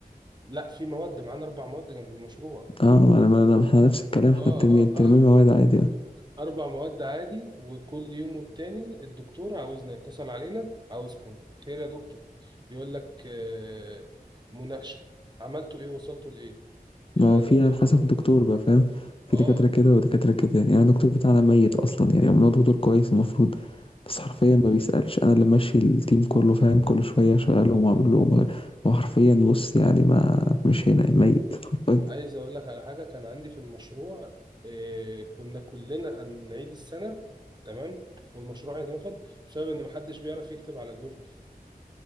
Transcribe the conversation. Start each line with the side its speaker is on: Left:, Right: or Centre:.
Right: لا في مواد معانا أربع مواد جنب المشروع
Left: اه ما انا ما انا احنا نفس الكلام احنا
Right: آه آه
Left: الترمي الترمي
Right: آه
Left: مواد عادي يعني
Right: أربع مواد عادي وكل يوم والتاني الدكتور عاوزنا يتصل علينا عاوزكم خير يا دكتور يقول لك آه، مناقشة عملتوا إيه وصلتوا لإيه يا
Left: ما هو في
Right: دكتور
Left: على حسب
Right: ما-
Left: الدكتور بقى فاهم في
Right: آه
Left: دكاترة كده ودكاترة كده يعني, يعني الدكتور بتاعنا ميت أصلا يعني هو دكتور كويس المفروض بس حرفيا ما بيسألش أنا اللي ماشي التيم كله فاهم كل شوية شغالهم وأعمل لهم وأغير. هو حرفيا بص يعني ما مش هنا ميت حرفيا
Right: عايز أقول لك على حاجة كان عندي في المشروع آه، كنا كلنا هنعيد السنة تمام والمشروع هيترفض بسبب إن محدش بيعرف يكتب على الوورد